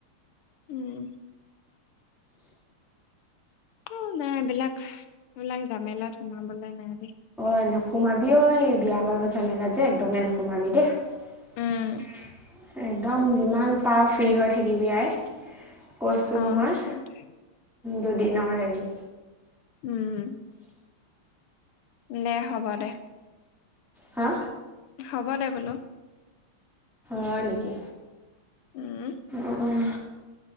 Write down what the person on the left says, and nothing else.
উম। অ' নাই এইবলাক, এইবিলাক জামেলাত সোমাবলে নাই
উম
অ'
সেইটোৱে।
উম দে, হব দে।
হ'ব দে বোলো।
উম